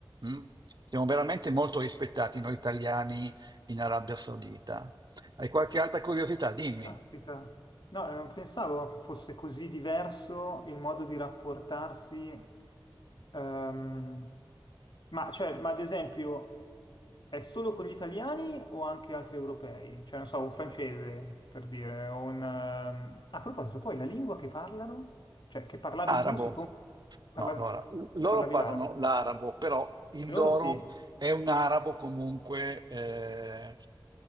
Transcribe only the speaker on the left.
Caspita. No, eh, non pensavo che fosse così diverso il modo di rapportarsi. ehm, ma, cioè, ma ad esempio, è solo con gli italiani o anche altri europei? Cioè, non so, un francese, per dire, o un... ehm, A proposito, poi la lingua che parlano? Cioè, che parlavi
tu, suppongo... Parlavi...
Tu parlavi
l'arabo.
E Loro
sì,